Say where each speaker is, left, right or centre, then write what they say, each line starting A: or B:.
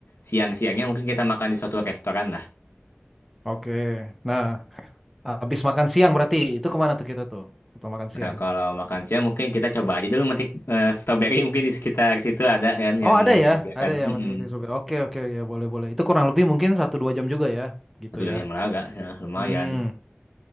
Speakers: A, on the left; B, in the centre.
A: siang-siangnya mungkin kita makan di suatu restoran
B: Oke. Nah, habis makan siang berarti itu kemana tuh kita tuh? Setelah makan siang.
A: Nah, kalau makan siang mungkin kita coba aja dulu metik eh, strawberry mungkin di sekitar situ ada kan
B: Oh,
A: yang
B: ada ya?
A: menyediakan.
B: Ada ya,
A: Mm-mm.
B: mati-mati sobek. Oke, oke, ya boleh-boleh. Itu kurang lebih mungkin satu dua jam juga ya, gitu
A: Satu
B: ya.
A: dua jam agak, lumayan.
B: Hmm,